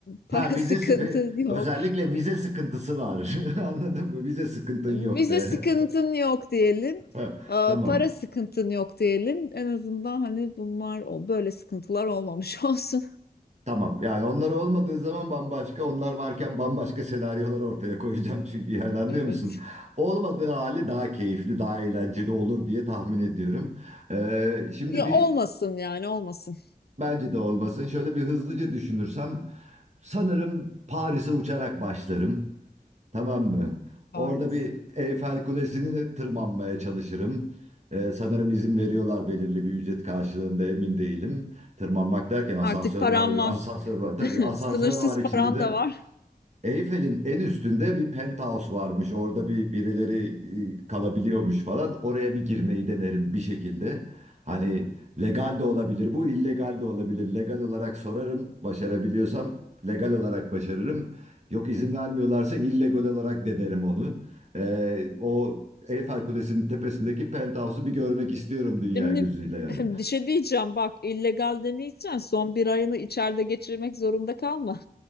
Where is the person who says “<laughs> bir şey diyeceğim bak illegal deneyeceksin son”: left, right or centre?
Left